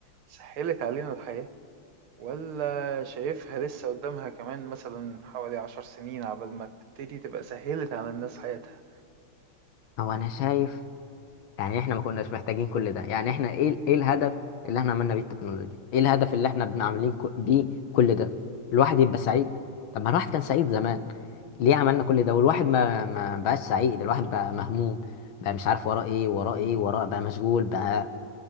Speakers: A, on the right; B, on the left.
A: سهلت علينا الحياة ولا شايفها لسه قدامها كمان مثلا حوالي عشر سنين عبال ما تبتدي تبقى سهلت على الناس حياتها
B: هو أنا شايف يعني احنا ما كناش محتاجين كل ده يعني احنا ايه ال- ايه الهدف اللي احنا عملنا بيه التكنولوجيا ايه الهدف اللي احنا بن- عاملين كو- بيه كل ده الواحد يبقى سعيد طب ما الواحد كان سعيد زمان ليه عملنا كل ده والواحد ما ما بقاش سعيد الواحد بقى مهموم بقى مش عارف وراه ايه وراه ايه وراه بقى مشغول بقى